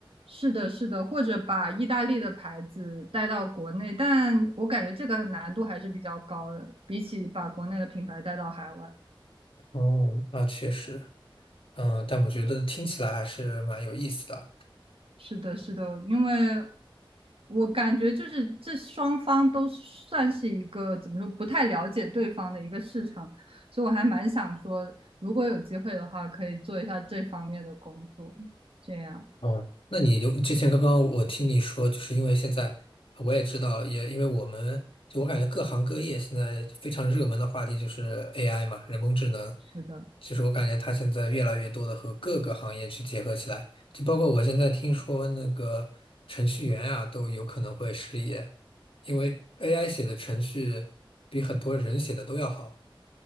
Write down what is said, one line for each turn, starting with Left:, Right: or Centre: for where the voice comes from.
Right: 是的，是的，或者把意大利的牌子带到国内，但我感觉这个难度还是比较高的，比起把国内的品牌带到海外。
Left: 哦，那确实，嗯，但我觉得听起来还是蛮有意思的。
Right: 是的，是的，因为我感觉就是这双方都算是一个怎么说不太了解对方的一个市场，所以我还蛮想说，如果有机会的话，可以做一下这方面的工作。这样，
Left: 哦，那你就之前刚刚我听你说，就是因为现在我也知道，也因为我们就我感觉各行各业现在非常热门的话题就是 AI 嘛，人工智能。
Right: 是的，
Left: 其实我感觉它现在越来越多的和各个行业去结合起来，就包括我现在听说那个程序员啊都有可能会失业，
Right: 嗯，
Left: 因为 AI 写的程序比很多人写的都要好，